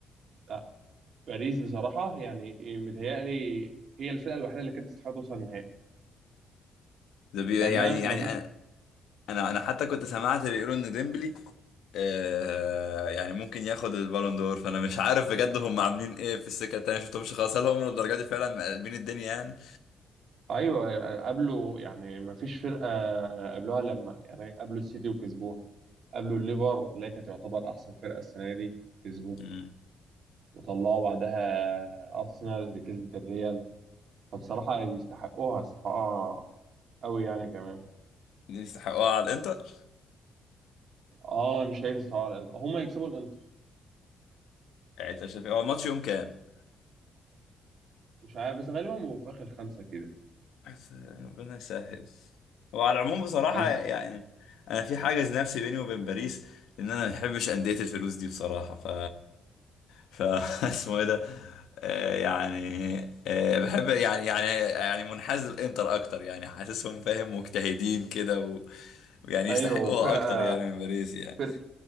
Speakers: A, on the right (about 60°); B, on the left (about 80°).
A: لا، باريس بصراحه يعني متهيألي هي الفرقه الوحيده اللي كانت تستحق توصل النهائي
B: ده بي
A: لانها
B: يعني يعني
A: ما
B: انا انا انا حتى كنت سمعت بيقولوا ان ديمبلي آه يعني ممكن ياخد البالون دور فانا مش عارف بجد هم عاملين ايه في السكة التانية ما شفتهمش خالص هل هم للدرجة دي فعلا مقلبين الدنيا يعني
A: ايوه قابلوا يعني ما فيش فرقه قابلوها لما يعني قابلوا السيتي وكسبوها قابلوا الليفر اللي هي كانت تعتبر احسن فرقه السنه دي كسبوه
B: امم
A: وطلعوا بعدها ارسنال اللي كسبت الريال فبصراحه يعني يستحقوها يستحقوها قوي يعني كمان
B: يستحقوها على الانتر
A: اه انا شايف يستحقوها هم يكسبوا الانتر
B: يعني انت شايف إيه؟ هو الماتش يوم كام
A: مش عارف بس غالبا هو في اخر خمسه كده
B: بس ربنا يسهل وعلى العموم بصراحة
A: بس
B: يعني أنا في حاجز نفسي بيني وبين باريس لأن أنا ما بحبش أندية الفلوس دي بصراحة ف ف <laughs> اسمه إيه ده آه، يعني آه، بحب يعني يعني يعني منحاز للإنتر أكتر يعني حاسسهم فاهم مجتهدين كده و... ويعني يستحقوها
A: ايوه وفرقه
B: أكتر يعني من باريس يعني
A: فرقه